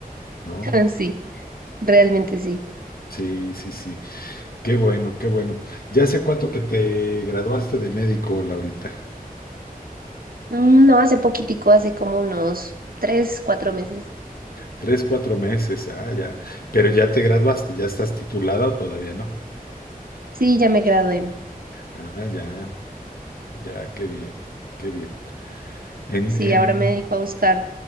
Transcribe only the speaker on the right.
<laughs> Sí, realmente sí.
Mm, No, hace poquitico, hace como unos tres, cuatro meses.
Sí, ya me gradué.
Sí,
ahora me dedico a buscar